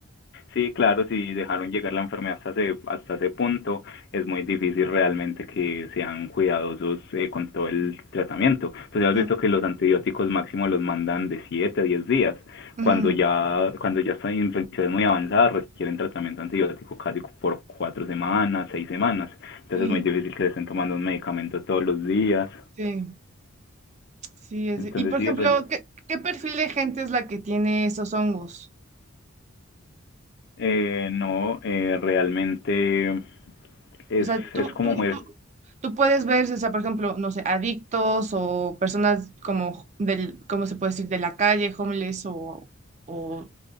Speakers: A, on the left; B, on the right.
A: Sí, claro, si dejaron llegar la enfermedad hasta ese, hasta ese punto, es muy difícil realmente que sean cuidadosos eh, con todo el tratamiento. Entonces has
B: Mm,
A: visto que los antibióticos máximo los mandan de 7 a 10 días.
B: ujú.
A: Cuando ya, cuando ya están infecciones muy avanzadas, requieren tratamiento antibiótico casi por 4 semanas, 6 semanas. Entonces
B: Sí,
A: es muy difícil que les estén tomando un medicamento todos los días.
B: sí, sí. es-
A: Entonces
B: Y por
A: sí,
B: ejemplo,
A: re-
B: ¿qué, qué perfil de gente es la que tiene esos hongos?
A: eh, no, eh, realmente es,
B: O sea, tú,
A: es como
B: tú,
A: muy
B: tú, tú puedes ver, o sea, por ejemplo, no sé, adictos o personas como del, ¿cómo se puede decir? De la calle, homeless o, o